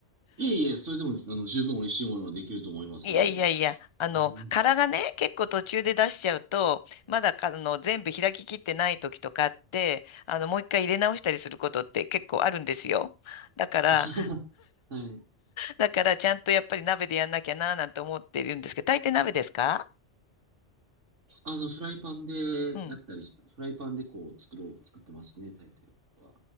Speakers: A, on the right; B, on the left.
A: いえいえ、それでもあの十分美味しいものはできると思いますので。
B: いやいやいや、あの、
A: うん
B: 殻がね、結構途中で出しちゃうと、まだか、あの、全部開ききってない時とかあって、あの、もう一回入れ直したりすることって結構あるんですよ。だから、
A: <laughs> はい。
B: だからちゃんとやっぱり鍋でやんなきゃな、なんて思っているんですけど、大抵鍋ですか
A: あの、フライパンでやったり、
B: うん。
A: フライパンでこう作ろう、作ってますね、大抵は。